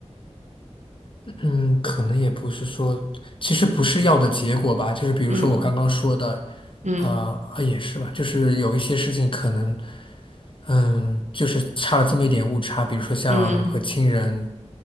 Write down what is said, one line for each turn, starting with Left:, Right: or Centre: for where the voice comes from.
Left: 嗯，可能也不是说，其实不是要的结果吧，就是比如说我刚刚说的，
Right: 嗯嗯
Left: 呃，啊也是吧，就是有一些事情可能，嗯，就是差了这么一点误差，比如说像和亲人
Right: 嗯